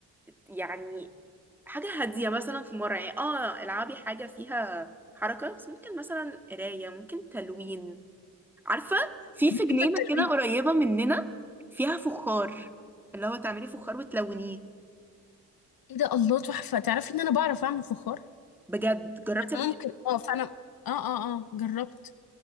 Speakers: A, in the centre; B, on the left (about 65°).
A: يعني حاجه هاديه مثلا في مره يعني اه العبي حاجه فيها حركه بس ممكن مثلا قرايه ممكن تلوين عارفه في
B: بحب
A: في جنينه
B: التلوين
A: كده قريبه مننا فيها فخار اللي هو تعملي فخار وتلونيه
B: ايه ده الله تحفة تعرفي ان انا بعرف اعمل فخار
A: بجد جربتي قبل
B: ممكن
A: كده
B: اه فانا اه اه اه جربت